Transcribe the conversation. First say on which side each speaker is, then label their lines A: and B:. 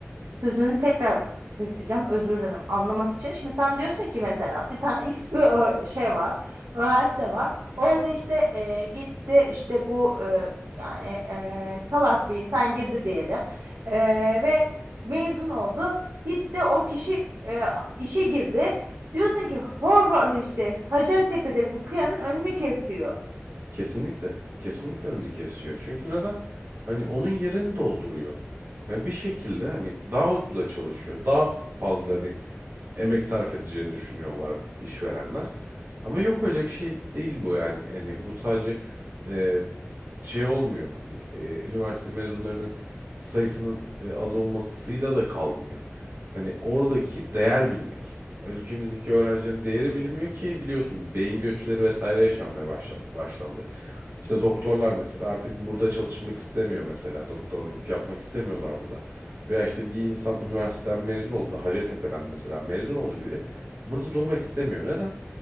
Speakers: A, on the right; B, on the right.
A: Sözünü tekrar keseceğim. Özür dilerim. Anlamak için. Şimdi sen diyorsun ki mesela bir tane X bir ö- şey var. Üniversite var. Orada işte e, gitti işte bu e, yani e, salak bir insan girdi diyelim. E,
B: Hı hı.
A: ve mezun oldu. Gitti o kişi e, işe girdi. Diyorsun ki Horvath işte Hacettepe'de bu kıyanın önünü kesiyor.
B: Kesinlikle. Kesinlikle önünü kesiyor. Çünkü neden? Hani onun yerini dolduruyor. Hani bir şekilde hani daha ucuza çalışıyor. Daha fazla hani emek sarf edeceğini düşünüyorlar işverenler. Ama yok öyle bir şey değil bu yani. Hani bu sadece e, şey olmuyor. Hani e, üniversite mezunlarının sayısının e, az olmasıyla da kalmıyor. Hani oradaki değer bilmek. Ülkemizdeki öğrencilerin değeri bilinmiyor ki biliyorsun beyin göçleri vesaire yaşanmaya başla- başlandı. İşte doktorlar mesela artık burada çalışmak istemiyor mesela doktorluk yapmak istemiyorlar burada. Veya işte bir insan üniversiteden mezun olduğunda Hacettepe'den mesela mezun oldu biri burada durmak istemiyor. Neden?